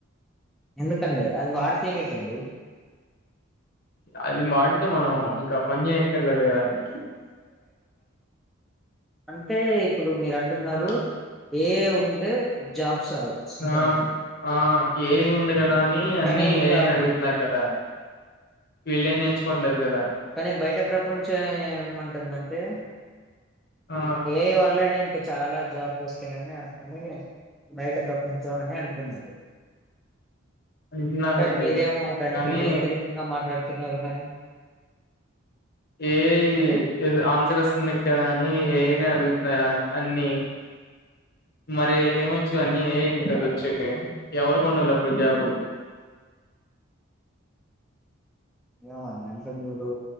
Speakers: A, in the centre; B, on the left (about 50°).
A: ఎందుకంటే అది వాడితే ఏమయిద్దండి
B: అది మాడితే మనం ఇంకా పని చేయక్కర్లేదు కదా అండి
A: అంటే ఇప్పుడు మీరు అంటున్నారు
B: ఆ
A: ఏఐ ఉంటే జాబ్స్ రావు అంతేనండి
B: ఆ ఆ ఏఐ ఉంది కదా అని అన్నీ
A: కానీ ఇంకా
B: ఏఐని అడుగుతున్నారు కదా వీళ్ళే నేర్చుకోవట్లేదు కదా
A: కానీ బయట ప్రపంచం ఏమంటుందంటే
B: ఆ
A: ఏఐ వాళ్ళనే చాలా జాబ్స్ వస్తాయని అని బయట ప్రపంచం అని అం టుందండి
B: అంటున్నారండి
A: కానీ మీరేమో దానికి
B: కానీ
A: వ్యతిరేకంగా మాట్లాడు తున్నారు మరి
B: ఏఐ
A: అండి
B: ఆన్సర్ ఇస్తుంది కదా అని ఏఐనే అడుగుతున్నారు అన్ని మరి ఈళ్ళకి ఏమొచ్చు అన్ని ఏఐకే కదా
A: ఆ
B: వచ్చేది ఎవరికి ఉండాలి అప్పుడు జాబు
A: ఏమో అండి అంటే మీరు